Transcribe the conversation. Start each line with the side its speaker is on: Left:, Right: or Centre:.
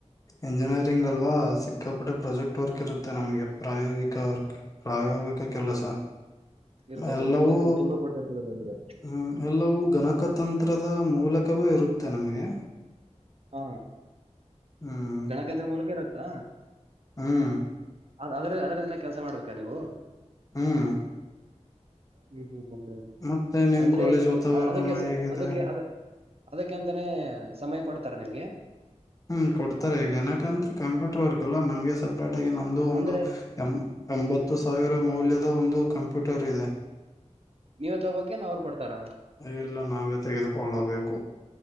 Left: ಇಂಜಿನಿಯರಿಂಗ್ ಅಲ್ವಾ ಸಿಕ್ಕಾಪಟ್ಟೆ ಪ್ರಾಜೆಕ್ಟ್ ವರ್ಕ್ ಇರುತ್ತೆ ನಮಗೆ ಪ್ರಾಯೋಗಿಕ ವರ್ಕ್. ಪ್ರಾಯೋಗಿಕ
Right: ಹೌದು
Left: ಕೆಲಸ
Right: ಇರ್ತಜ
Left: ಎಲ್ಲವೂ.
Right: ನಿಮ್ಗೆ ತುಂಬಾ ಕೊಡ್ತಾರೆ ಅಂದ್ರೆ.
Left: ಹ್ಮ್ ಎಲ್ಲವೂ ಗಣಕತಂತ್ರದ ಮೂಲಕವೇ ಇರುತ್ತೆ ನಮಗೆ.
Right: ಹಾ
Left: ಹ್ಮ್
Right: ಗಣಕತಂತ್ರ ಮೂಲಕ ಇರುತ್ತಾ.
Left: ಹ್ಮ್
Right: ಅದ ಅದ್ರ ಅದ್ರಲ್ಲನೆ ಕೆಲಸ ಮಾಡ್ಬೇಕಾ ನೀವು.
Left: ಹ್ಮ್
Right: ಹ್ಮ್ ಹ್ಮ್
Left: ಮತ್ತೆ ನಿಮ್
Right: ಅಂದ್ರೆ
Left: ಕಾಲೇಜ್ ವಾತಾವರಣ
Right: ಅ ಅದಕ್ಕೆ ಸಾ
Left: ಹೇಗಿದೆ
Right: ಅದಿಕ್ಕೇ. ಅದಕ್ಕೆಂತಾನೇ ಸಮಯ ಕೊಡ್ತಾರ ನಿಮ್ಗೆ.
Left: ಹ್ಮ್ ಕೊಡ್ತಾರೆ ಈ ಗಣಕ ಅಂದ್ರೆ ಕಂಪ್ಯೂಟರ್ ವರ್ಕ್ ಅಲ್ಲಾ ನಮ್ಗೆ ಸಪ್ರೇಟ್ ಆಗಿ ನಮ್ದ ಒಂದು
Right: ಅಂದ್ರೆ
Left: ಎ ಎಂಬತ್ತು ಸಾವಿರ ಮೌಲ್ಯದ ಒಂದು ಕಂಪ್ಯೂಟರ್ ಇದೆ.
Right: ನೀವೇ ತಗೋಬೇಕೇನ್ ಅವ್ರು ಕೊಡ್ತಾರ
Left: ಇಲ್ಲ ನಾವೇ ತೆಗೆದುಕೊಳ್ಳಬೇಕು.